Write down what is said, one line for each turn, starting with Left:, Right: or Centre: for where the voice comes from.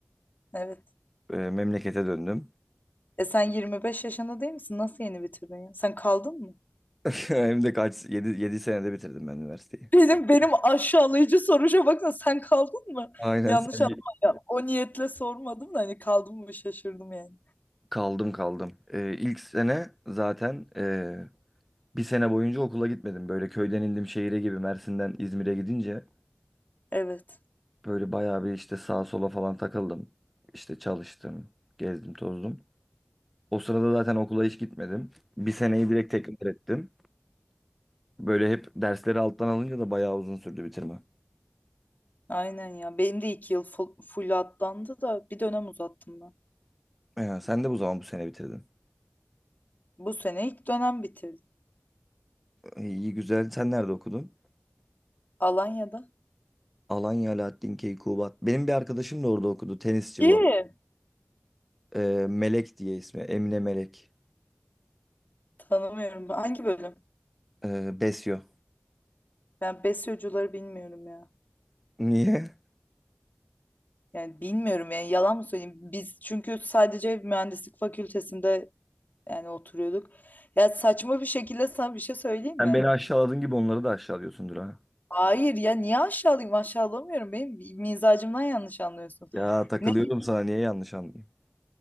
Left: Evet.
Centre: E, memlekete döndüm.
Left: E sen 25 yaşında değil misin? Nasıl yeni bitirdin ya? Sen kaldın mı?
Centre: <laughs> Hem de kaç 7 7 senede bitirdim ben üniversiteyi.
Left: Benim benim aşağılayıcı soruşa baksana sen kaldın mı?
Centre: Aynen
Left: Yanlış
Centre: sen
Left: anlama ya. O niyetle sormadım da hani kaldın mı şaşırdım yani.
Centre: Kaldım kaldım. Ee, ilk sene zaten e, bir sene boyunca okula gitmedim. Böyle köyden indim şehire gibi Mersin'den İzmir'e gidince
Left: Evet.
Centre: böyle bayağı bir işte sağa sola falan takıldım. İşte çalıştım, gezdim, tozdum. O sırada zaten okula hiç gitmedim. Bir seneyi direkt tekrar ettim. Böyle hep dersleri alttan alınca da bayağı uzun sürdü bitirme.
Left: Aynen ya. Benim de iki yıl full, full atlandı da bir dönem uzattım ben.
Centre: Ee, sen de bu zaman bu sene bitirdin.
Left: Bu sene ilk dönem bitirdim.
Centre: Ee, İyi güzel. Sen nerede okudun?
Left: Alanya'da.
Centre: Alanya Alaaddin Keykubat. Benim bir arkadaşım da orada okudu. Tenisçi
Left: İyi.
Centre: bu. arada. Ee, Melek diye ismi. Emine Melek.
Left: Tanımıyorum. Hangi bölüm?
Centre: Ee, besyo.
Left: Ben besyocuları bilmiyorum ya.
Centre: Niye?
Left: Yani bilmiyorum yani yalan mı söyleyeyim? Biz çünkü sadece mühendislik fakültesinde yani oturuyorduk. Ya saçma bir şekilde sana bir şey söyleyeyim
Centre: Sen
Left: mi?
Centre: beni aşağıladığın gibi onları da aşağılıyorsundur ha.
Left: Hayır ya niye aşağılayayım? Aşağılamıyorum. Benim mizacımdan yanlış anlıyorsun.
Centre: Ya takılıyorum
Left: Ne,
Centre: sana niye yanlış anlayayım?